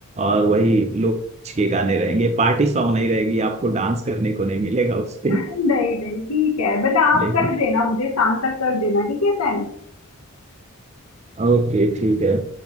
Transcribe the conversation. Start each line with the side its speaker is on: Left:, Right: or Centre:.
Right: और वही लोग के गाने रहेंगे पार्टी सॉन्ग नहीं रहेगी आपको डांस करने को नहीं मिलेगा उस पे
Left: नहीं नहीं ठीक है मतलब आप
Right: लेकिन
Left: कर देना मुझे शाम तक कर देना ठीक है सेंड
Right: ओके ठीक है